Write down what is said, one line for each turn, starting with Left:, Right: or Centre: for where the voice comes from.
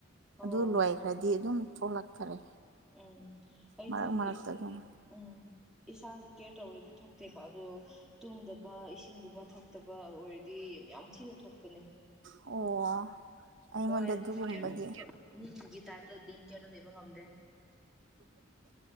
Centre: ꯑꯣ
Right: ꯑꯗꯨ ꯂꯣꯏꯈ꯭ꯔꯗꯤ ꯑꯗꯨꯝ ꯊꯣꯛꯂꯛꯇꯔꯦ
Centre: ꯎꯝ ꯑꯩꯗꯤ
Right: ꯃꯔꯛ ꯃꯔꯛꯇ ꯑꯗꯨꯝ
Centre: ꯎꯝ ꯏꯁꯥꯁꯤ ꯀꯦꯌꯔ ꯇꯧꯔꯗꯤ ꯊꯣꯛꯇꯦꯕ ꯑꯗꯣ ꯇꯨꯝꯗꯕ ꯏꯁꯤꯡꯒꯨꯝꯕ ꯊꯛꯇꯕ ꯑꯣꯏꯔꯗꯤ ꯌꯥꯝ ꯊꯤꯅ ꯊꯣꯛꯄꯅꯦ
Right: ꯑꯣ ꯑꯩꯉꯣꯟꯗ
Centre: ꯍꯣꯏ ꯑꯗꯨꯒꯤ
Right: ꯑꯗꯨꯒꯨꯝꯕꯗꯤ
Centre: ꯀꯦꯌꯔ ꯇꯧꯕꯁꯨ ꯃꯤꯒꯤ ꯇꯥꯏꯞꯇ ꯗꯤꯝ ꯀꯦꯌꯔꯗ ꯂꯩꯕ ꯉꯝꯗꯦ <inaudible>